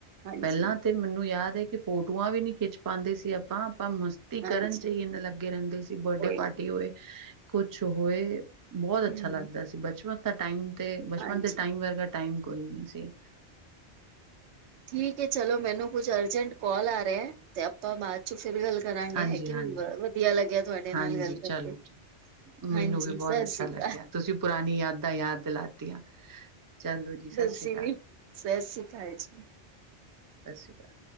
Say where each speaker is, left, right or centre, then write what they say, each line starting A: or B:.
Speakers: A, on the right (about 80°); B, on the right (about 30°).
A: ਹਾਂਜੀ,
B: ਪਹਿਲਾ ਤੇ ਮੈਨੂੰ ਯਾਦ ਹੈ ਕਿ ਫੋਟੋਆਂ ਵੀ ਨੀ ਖਿੱਚ ਪਾਂਦੇ ਸੀ ਆਪਾਂ ਆਪਾਂ ਤੀ
A: ਹਾਂਜੀ
B: ਕਰਨ 'ਚ ਹੀ ਇੰਨੇ ਲੱਗੇ ਰਹਿੰਦੇ ਸੀ ਬਰਡੇ
A: ਉਹੀ
B: ਪਾਰਟੀ ਹੋਏ ਕੁਛ ਹੋਏ ਬਹੁਤ ਅੱਛਾ
A: ਹੂੰ
B: ਲੱਗਦਾ ਸੀ ਬਚਪਨ ਦਾ ਟਾਈਮ ਤੇ ਬਚਪਨ
A: ਹਾਂਜੀ।
B: ਦੇ ਟਾਈਮ ਵਰਗਾ ਟਾਈਮ ਕੋਈ ਨਹੀਂ ਸੀ।
A: ਠੀਕ ਹੈ ਚਲੋ ਮੈਨੂੰ ਕੁਛ ਅਰਜੈਂਟ ਕੋਲ ਆ ਰਿਹਾ ਤੇ ਆਪਾਂ ਬਾਅਦ 'ਚ ਫਿਰ ਗੱਲ ਕਰਾਂਗੇ
B: ਹਾਂਜੀ,
A: ਹੈ ਕੇ
B: ਹਾਂਜੀ,
A: ਨੀ ਵਧੀਆ ਲੱਗਿਆ ਤੁਹਾਡੇ ਨਾਲ
B: ਹਾਂਜੀ
A: ਗੱਲ ਕਰਕੇ।
B: ਚਲੋ ਜੀ
A: ਹਾਂਜੀ
B: ਮੈਨੂੰ ਵੀ ਬਹੁਤ
A: ਸਤਿ
B: ਅੱਛਾ
A: ਸ੍ਰੀ ਅਕਾਲ
B: ਲੱਗਿਆ, ਤੁਸੀਂ ਪੁਰਾਣੀ ਯਾਦਾਂ ਯਾਦ ਦਿਲਾ ਤੇਆਂ ਚਲੋ ਜੀ ਸਤਿ
A: ਤੁਸੀਂ
B: ਸ੍ਰੀ ਅਕਾਲ।
A: ਵੀ ਸਤਿ ਸ੍ਰੀ ਅਕਾਲ ਜੀ
B: ਸਸ੍ਰੀ ਅਕਾਲ।